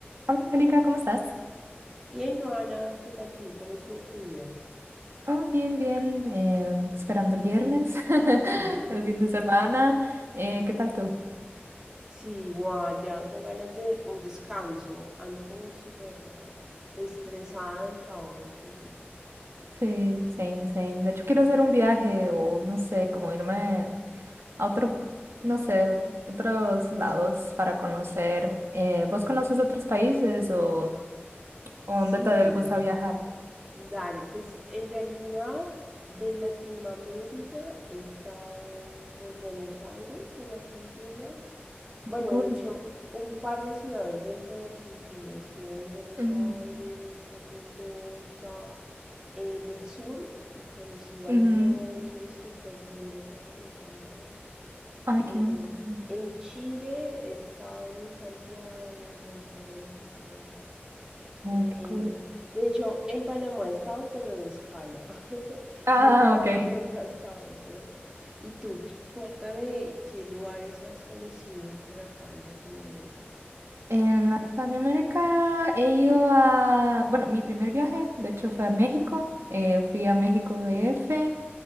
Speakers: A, on the right (about 85°); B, on the right (about 15°).
A: Hola, Angélica, ¿cómo estás?
B: Bien, Joana, ¿qué tal tú? ¿Cómo estuvo tu día?
A: Oh, bien, bien, em, esperando el viernes, <laughs>
B: <laughs>
A: el fin de semana. Eh, ¿qué tal tú?
B: Sí, igual, ya con ganas de un descanso. Ando como súper estresada del trabajo estos días.
A: Sí, same, same. De hecho, quiero hacer un viaje o no sé, como irme a otro, no sé, otros lados para conocer. Eh, ¿vos conoces otros países o, o
B: Sí,
A: dónde te gusta viajar?
B: dale, pues en realidad de Latinoamérica he estado por Buenos Aires, en Argentina. Bueno,
A: Qué cool.
B: de hecho,
A: sí.
B: un par de ciudades dentro de Argentina. Estuve en Buenos
A: Ujú,
B: Aires, en Mendoza. En el sur eh, conocí Bariloche,
A: ujú.
B: súper lindo todo, me encantó.
A: Ay, qué
B: Eh,
A: bonito, sí.
B: en Chile he estado en Santiago, en Valparaíso.
A: Oh,
B: eh,
A: qué cool.
B: de hecho, en Panamá he estado, pero de escala. <laughs>
A: Ah,
B: Nunca,
A: ok.
B: nunca he estado por acá. Y tú, cuéntame qué lugares has conocido por acá en Latinoamérica.
A: En Latinoamérica he ido a, bueno, mi primer viaje, de hecho, fue a México. eh, fui a México DF.